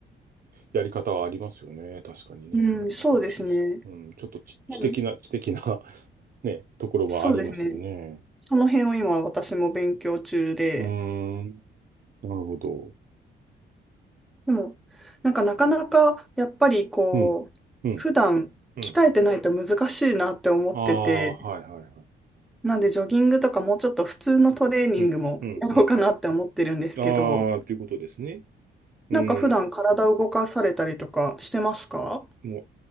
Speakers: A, on the right; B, in the centre.
A: やり方はありますよね。確かにね。
B: うん、そうですね。
A: 新しい、うん、ちょっと知、知的な、
B: うん
A: 知的な <laughs> ね、ところはありますよね。
B: そうですね。その辺を今私も勉強中で、
A: うーん、なるほど。
B: でも、なんかなかなかやっぱりこう、
A: うん、うん、
B: 普段鍛えてないと難しいなって思ってて、
A: うん。ああ、はいはいはい。
B: なんでジョギングとかもうちょっと普通のトレーニングもやろうかなって思ってるんですけど、
A: うん、うん、うん。ああ、ということですね。うん、
B: なんか普段体を動かされたりとかしてますか
A: も